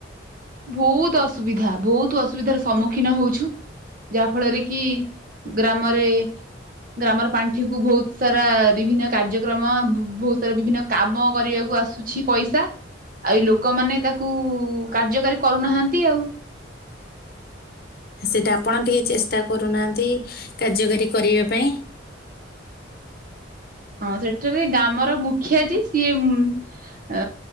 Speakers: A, on the right; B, on the left.
A: ବହୁତ ଅସୁବିଧା ବହୁତ ଅସୁବିଧାର ସମ୍ମୁଖୀନ ହଉଛୁ। ଯାହା ଫଳରେ କି ଗ୍ରାମରେ। ଗ୍ରାମର ପାଣ୍ଠି କୁ ବହୁତ ସାରା ବିଭିନ୍ନ କାର୍ଯ୍ୟକ୍ରମ ବହୁତ ସାରା ବିଭିନ୍ନ କାମ କରିବାକୁ ଆସୁଚି ପଇସା ଏଇ ଲୋକମାନେ ତାକୁ କାର୍ଯ୍ୟକାରି କରୁନାହାନ୍ତି ଆଉ।
B: ସେଇଟା ଆପଣ ଟିକେ ଚେଷ୍ଟା କରୁନାହାଁନ୍ତି। କାର୍ଯ୍ୟକାରୀ କରିବା ପାଇଁ
A: ହଁ ସେଠାରେ ଗ୍ରାମର ମୁଖିଆ ଯିଏ ସିଏ